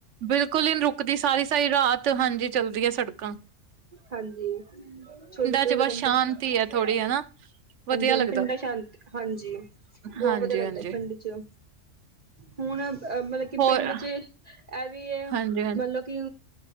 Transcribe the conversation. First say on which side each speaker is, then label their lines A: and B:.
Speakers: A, on the right; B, on the right.
A: ਬਿਲਕੁਲ ਹੀ ਨਹੀਂ ਰੁਕਦੀ। ਸਾਰੀ-ਸਾਰੀ ਰਾਤ, ਹਾਂਜੀ, ਚੱਲਦੀ ਹੈ ਸੜਕਾ।
B: ਹਾਂਜੀ ਚੌਵੀ-ਚੌਵੀ
A: ਚ ਬਸ
B: ਘੰਟੇ।
A: ਸ਼ਾਂਤੀ
B: ਹਾਂਜੀ
A: ਹੈ ਥੋੜ੍ਹੀ ਹਨਾ ਵਧੀਆ
B: ਹਾਂਜੀ
A: ਲੱਗਦਾ
B: ਪਿੰਡਾਂ ਸ਼ਾਂਤੀ ਹਾਂਜੀ। ਬਹੁਤ
A: ਹਾਂਜੀ
B: ਵਧੀਆ ਲੱਗਦਾ
A: ਹਾਂਜੀ
B: ਪਿੰਡ 'ਚ, ਹੁਣ, ਅ, ਮਤਲਬ ਕਿ
A: ਹੋਰ
B: ਪਿੰਡ 'ਚ। ਇਹ ਵੀ ਇਹ
A: ਹਾਂਜੀ ਹਾਂਜੀ
B: ਮਤਲਬ। ਕਿ